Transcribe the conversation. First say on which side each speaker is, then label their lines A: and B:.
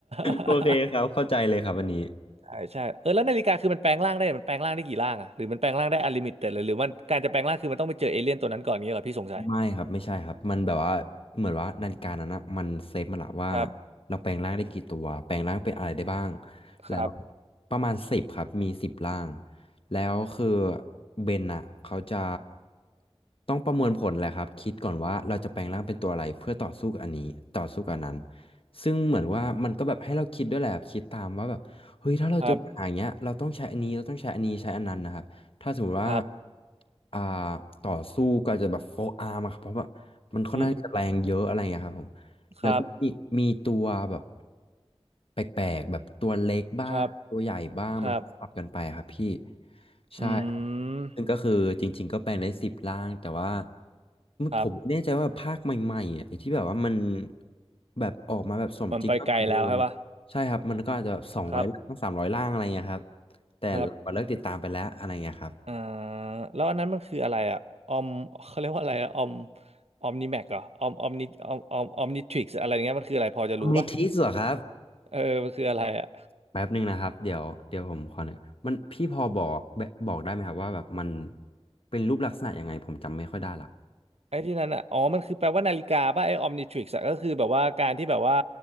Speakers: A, on the right; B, on the left.
A: <laughs>
B: โอเคครับเข้าใจเลยครับวันนี้
A: ใช่ใช่เออแล้วนาฬิกาคือมันแปลงร่างได้มันแปลงร่างได้กี่ร่างอะหรือมันแปลงร่างได้อลิมิตต่หรือหรือมันการจะแปลงร่างคือมันต้องไปเจอเอเลี่ยนตัวนั้นก่อนนี้ยเหรอพี่สงสัย
B: ไม่ครับไม่ใช่ครับมันแบบว่าเหมือนว่านาฬิกานั้นนะมันเซฟมาละว่า
A: ครับ
B: เราแปลงร่างได้กี่ตัวแปลงร่างเป็นอะไรได้บ้างแล้ว
A: ครับ
B: ประมาณสิบครับมีสิบร่างแล้วคือเบนอ่ะเขาจะต้องประมวลผลแหละครับคิดก่อนว่าเราจะแปลงร่างเป็นตัวอะไรเพื่อต่อสู้กับอันนี้ต่อสู้กับอันนั้นซึ่งเหมือนว่ามันก็แบบให้เราคิดด้วยแหละครับคิดตามว่าแบบเฮ้ยถ้าเราเจอปัญหาอย่างเงี้ยเราต้องใช้อันนี้เราต้องใช้อันนี้ใช้อันนั้นนะครับ
A: ครับ
B: ถ้าสมมติว่า
A: ครับ
B: อ่าต่อสู้ก็อาจจะแบบโฟอาร์มอะครับเพราะว่ามันค่อนข้างที่จะแรงเยอะอะไรอย่างเงี้ยครับผม
A: อืม
B: แล้วก็มีมีตัวแบบ
A: ครับ
B: แปลกๆแบบตัวเล็กบ้างตัวใหญ่บ้างมันก็ปรับกันไปอะครับพี่
A: ครับครับ
B: ใช่ครับ
A: อืม
B: ซึ่งก็คือจริงๆก็แปลงได้สิบร่างแต่ว่า
A: ครับ
B: ผมไม่แน่ใจว่าภาคใหม่ๆอ่ะไอ้ที่แบบว่ามันแบบออกมาแบบสมจริงมากกว่าเดิม
A: มันไปไกลแล้วใช่ปะ
B: ใช่ครับมันก็อาจจะสองร้อยร่างสามร้อยร่างอะไรเงี้ยครับ
A: ครับ
B: แต่เราเลิกติดตามไปแล้วอะไรเงี้ยครับ
A: ครับอ่าแล้วอันนั้นมันคืออะไรอะออมเขาเรียกว่าอะไรอะออมออมนิแม็กเหรอออมออมนิออมออมออมนิทริกซ์อะไรเงี้ยมันคืออะไรพอจะรู้ปะ
B: เมทิสเหรอครับ
A: เออมันคืออะไรอะ
B: แป๊บหนึ่งนะครับเดี๋ยวเดี๋ยวผมขอหนึ่งมันพี่พอบอกแบบบอกได้ไหมครับว่าแบบมันเป็นรูปลักษณะยังไงผมจำไม่ค่อยได้ละ
A: ไอ้ที่นั้นอะอ๋อมันคือแปลว่านาฬิกาปะไอ้ออมนิทริกซ์ก็คือแบบว่าการที่แบบว่า